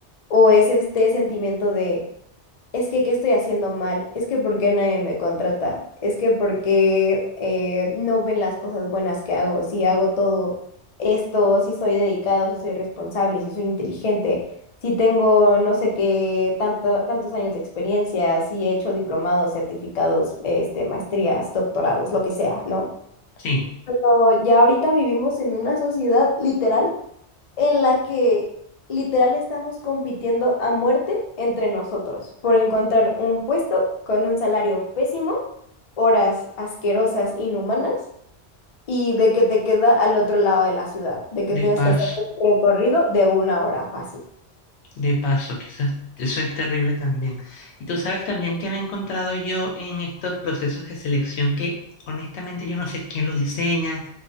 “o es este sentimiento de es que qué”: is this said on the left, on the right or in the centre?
Left